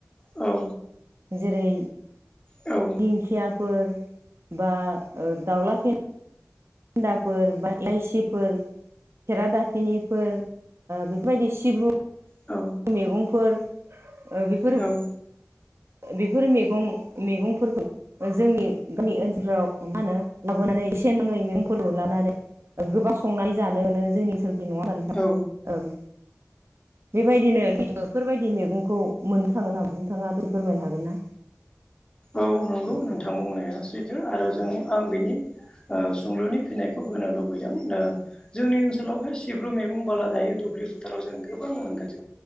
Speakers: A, on the left; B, on the right.
A: औ
B: जेरै
A: औ
B: दिंखियाफोर बा दावला खें फेन्दाफोर बा एलाइसिफोर खेरादाफिनिफोर बेफोरबायदि सिब्रु
A: औ
B: मैगंफोर ओ बेफोर
A: औ
B: बेफोर मैगं मैगंफोरखौ जोंनि गामि ओनसोलफ्राव मा होनो लाबोनानै एसे नाङै मैगंफोरखौ लानानै गोबां संनानै जानो मोनो जोंनि ओनसोलखै नङा होनबा नोंथां
A: औ
B: बेबायदिनो बेफोरबायदि मैगंखौ मोननो थाङो नामा नोंथाङा फोरमायनो हागोन ना
A: औ नंगौ
B: औ
A: नोंथां बुंनाया सैथो आरो जों आं बेनि सोंलुनि फिनायखौ होनो लुबैदों दा जोंनि ओनसोलावहाय सिब्रु मैगं बाला दायो दुब्लि फोथाराव जों गोबां मोनगोन जों